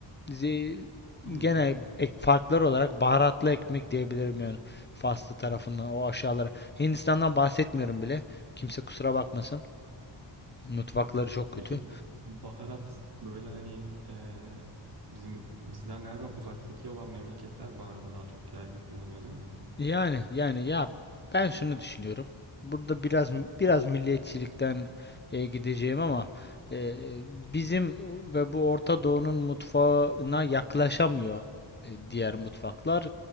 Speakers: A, on the left; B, on the right.
A: ze-
B: Hmm.
A: gene ek, farklar olarak baharatlı ekmek diyebilirim yani. Faslı tarafından o aşağılara. Hindistan'dan bahsetmiyorum bile. Kimse kusura bakmasın. Mutfakları çok kötü.
B: Peki baharat böyle hani e, bizim bizden galiba uzaktaki olan memleketler baharatı daha çok yaygın kullanıyor değil mi?
A: Yani yani ya ben şunu düşünüyorum. Burada biraz biraz milliyetçilikten e, gideceğim ama e, bizim ve bu Orta Doğu'nun mutfağına yaklaşamıyor e, diğer mutfaklar.